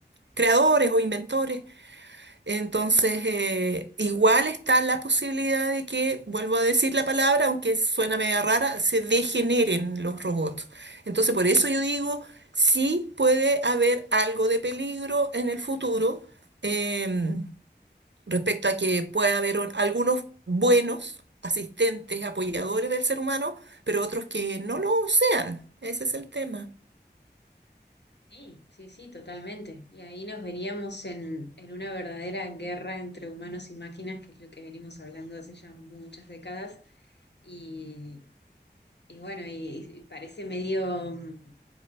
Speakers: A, on the right; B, on the left.
A: creadores o inventores. Entonces, eh, igual está la posibilidad de que, vuelvo a decir la palabra, aunque suena media rara, se degeneren los robots. Entonces, por eso yo digo, sí puede haber algo de peligro en el futuro eh, respecto a que pueda haber un- algunos buenos asistentes, apoyadores del ser humano, pero otros que no lo sean. Ese es el tema.
B: Sí, sí, sí, totalmente. Y ahí nos veríamos en, en una verdadera guerra entre humanos y máquinas, que es lo que venimos hablando hace ya muchas décadas. Y, y bueno, y, y parece medio mm,